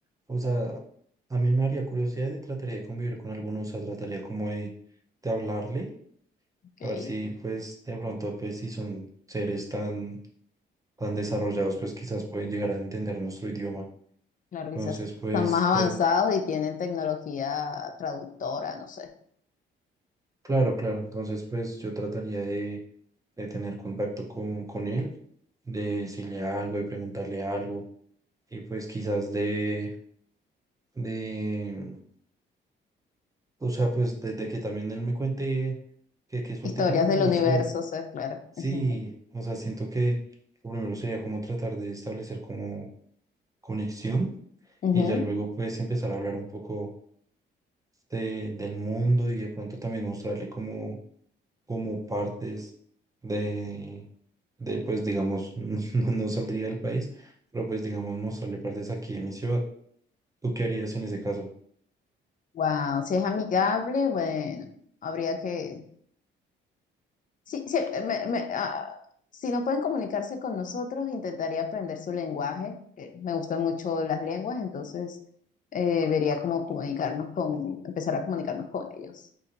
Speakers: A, on the right; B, on the left.
A: o sea, a mí me haría curiosidad y trataría de convivir con algunos, o sea, trataría como de, de hablarle,
B: ¿ok?
A: a ver si pues de pronto, pues si son seres tan, tan desarrollados, pues quizás pueden llegar a entender nuestro idioma.
B: Claro,
A: Entonces,
B: quizás
A: pues
B: están más avanzados y tienen tecnología traductora, no sé.
A: Claro, claro. Entonces, pues yo trataría de, de tener contacto con, con él, de decirle algo, de preguntarle algo, y pues quizás de, de, o sea, pues desde que también él me cuente, que, que suelte
B: Historias
A: como información.
B: del universo, o sea, claro.
A: Sí,
B: <laughs>
A: o sea, siento que lo primero sería como tratar de establecer como conexión
B: Ujú.
A: y ya luego pues empezar a hablar un poco de, del mundo y de pronto también mostrarle como como partes de, de pues digamos, <laughs> no, no saldría del país, pero pues digamos mostrarle partes aquí de mi ciudad. ¿Tú qué harías en ese caso?
B: Wow, si es amigable, bueno, habría que... Sí, sí, me- me- ah, si no pueden comunicarse con nosotros, intentaría aprender su lenguaje. eh, me gustan mucho las lenguas, entonces eh, vería cómo comunicarnos con, empezar a comunicarnos con ellos,